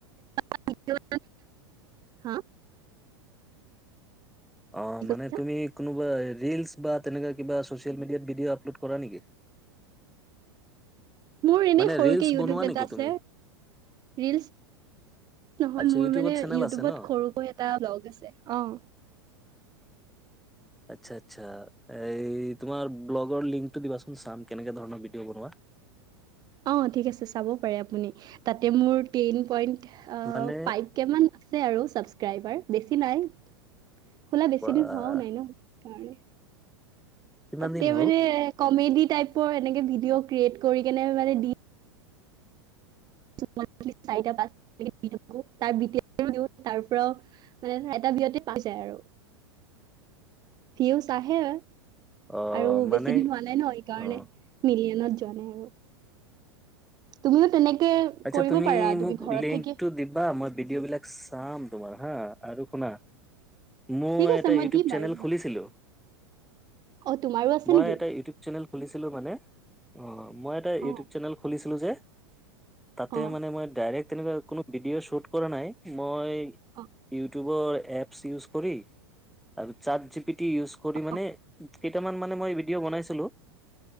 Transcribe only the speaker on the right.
<unintelligible> হা
কি
কৈছা?
মোৰ এনে
সৰুকে
ইউটিউব
এটা
আছে
ৰিলচ নহয়
মোৰ
মানে
ইউটিউবত
সৰুকৈ এটা ব্লগ আছে অ',
অ' ঠিক আছে চাব পাৰে আপুনি তাতে মোৰ টেইন পইণ্ট
ফাইভ কেমান আছে আৰু ছাবস্ক্ৰাইবাৰ, বেছি নাই খোলা বেছি
দিন হোৱাও নাই ন' কাৰে
তাতে
মানে কমেডি টাইপৰ এনেকে ভিডিঅ ক্ৰিয়েট কৰি কেনে মানে দি <unintelligible> চৰিতা পাঁচতা কে দি থাকোঁ <unintelligible> তাৰপৰাও মানে ধৰা এটা ভিউতে <unintelligible> যায় আৰু ভিউচ আহে আৰু।
আৰু
বেছি দিন হোৱা নাই ন' সেইকাৰণে
মিলিয়নত যোৱা নাই আৰু। তুমিয়ো তেনেকে
কৰিব
পাৰা
ঘৰত
থাকি
ঠিক আছে
দিম
বাৰু তোমাক
অ তোমাৰো আছে
নেকি
অ
অ
অ
অ